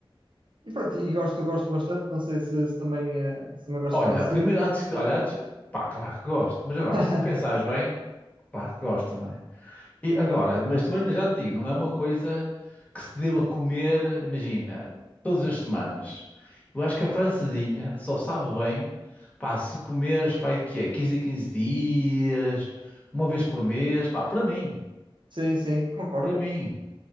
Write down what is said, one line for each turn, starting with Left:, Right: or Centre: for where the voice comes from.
Right: E pronto, e gosto, gosto bastante. Não sei se, se também, eh, se também gosto
Left: Olha,
Right: de francinha.
Left: primeiro, antes que, olha, antes, pá, claro que gosto, mas agora,
Right: <laughs>
Left: se tu pensares bem, claro que gosto, não é? E agora, mas também já te digo, não é uma coisa que se deva comer, imagina, todas as semanas. Eu acho que a francesinha só sabe bem, pá, se comeres, pá, o que é, 15 em 15 dias, uma vez por mês, pá, para mim,
Right: Sim, sim, concordo.
Left: para mim.